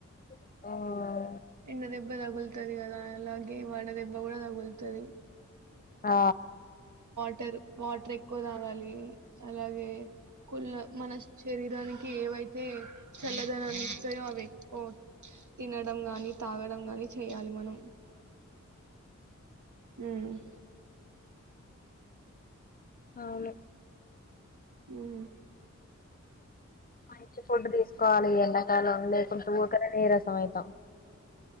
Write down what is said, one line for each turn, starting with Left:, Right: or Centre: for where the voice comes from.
Left: మ్మ్
Right: ఎండదెబ్బ తగుల్తది కదా అలాగే వడ దె బ్బ కూడా తగుల్తది
Left: ఆ
Right: ంటర్ వాటర్ ఎక్కువ తాగాలిి అలాగే కుళ మన శరీరానికి ఏవైతే చల్లదనాన్ని ఇస్తాయో అవి ఎక్కువ తినడం గాని తాగడం గాని చేయాలి మనం మ్మ్
Left: అవును
Right: మ్మ్
Left: మంచి ఫుడ్ తీసుకోవాలి. ఎండాకాలం లేకుంటే ఊకనే నీరసం అయితాం